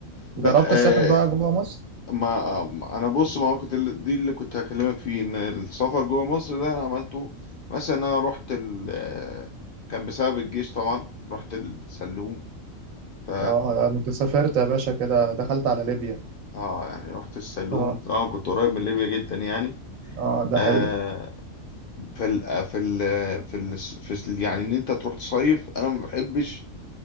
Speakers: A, on the left; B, on the right.
A: ب-
B: جربت
A: آه
B: تسافر بقى جوه مصر؟
A: ما آه، ما- انا بص ما كنت ال- دي اللي كنت هكلمك فيه ان السفر جوه مصر ده انا عملته مثلا انا رحت ال آه، كان بسبب الجيش طبعا رحت السلوم ف
B: اه لا، انا كنت سافرت يا باشا كده دخلت على ليبيا
A: اه يعني رحت السلوم
B: اه
A: طبعا كنت قريب من ليبيا جدا يعني
B: اه ده
A: آه
B: حقيقة
A: في ال في ال في ال في ال- يعني ان انت تروح تصيف انا ما بحبش